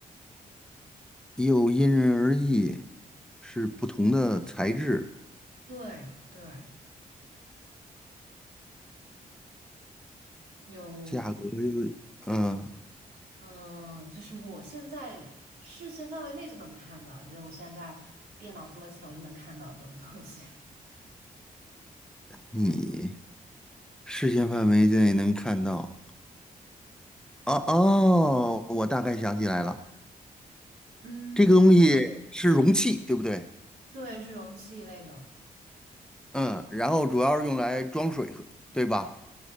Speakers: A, in the centre; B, on the right.
A: 又因人而异，是不同的材质，
B: 对对，有。
A: 价格又，嗯、
B: 嗯，就是我现在视线范围内就能看到，就是我现在在电脑桌前我就能看到这种东西。<laughs>
A: 你视线范围内能看到。哦哦，我大概想起来了，
B: 嗯，
A: 这个东西是容器，对不对？
B: 对，是容器一类的。
A: 嗯，然后主要是用来装水喝，对吧？